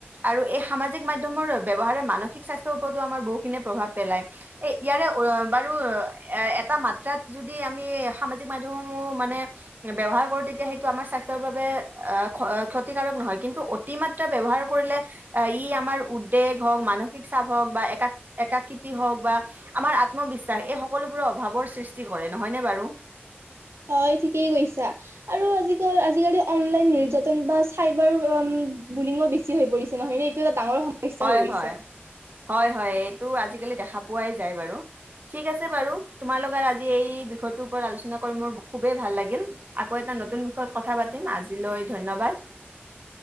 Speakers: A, on the right; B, on the right.
A: আৰু এই সামাজিক মাধ্যমৰ ব্যৱহাৰে মানসিক স্বাস্থ্যৰ ওপৰতো আমাৰ বহুখিনি প্ৰভাৱ পেলায় এই ইয়াৰে বাৰু এটা মাত্ৰাত যদি আমি সামাজিক মাধ্যমসমূহ মানে ব্যৱহাৰ কৰো তেতিয়া সেইটো আমাৰ স্বাস্থ্যৰ বাবে আহ ক্ষ ক্ষতিকাৰক নহয় কিন্তু অতিমাত্ৰা ব্যৱহাৰ কৰিলে ই আমাৰ উদ্বেগ হওক মানসিক চাপ হওক বা এক একাকৃতি হওক বা আমাৰ আত্মবিশ্বাস এই সকলোবোৰৰ অভাৱৰ সৃষ্টি কৰে নহয়নে বাৰু
B: হয় ঠিকেই কৈছা আৰু আজি আজিকালি অনলাইন নিৰ্যাত চন বা চাইবাৰ বুলি বেছি হৈ পৰিছে নহয় নে এইটো এটা ডাঙৰ সমস্যা
A: হয়
B: হৈ গৈছে
A: হয়। হয় হয় এইটো আজিকালি দেখা পোৱাই যায় বাৰু ঠিক আছে বাৰু তোমাৰ লগত আজি এই বিষয়টোৰ ওপৰত আলোচনা কৰি মোৰ খুবেই ভাল লাগিল আকৌ এটা নতুন বিষয়ত কথা পাতিম আজিলৈ ধন্যবাদ।